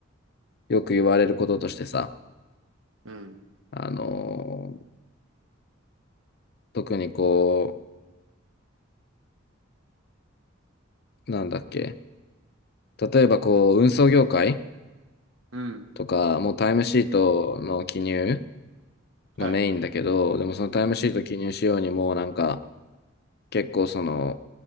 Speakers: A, on the left (about 55°); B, on the right (about 80°).
A: よく言われることとしてさ、
B: うん。
A: あのー特にこう、なんだっけ、例えばこう、運送業界
B: うん。
A: とか、もうタイムシートの記入
B: はい。
A: がメインだけど、でもそのタイムシート記入しようにもうなんか、結構その、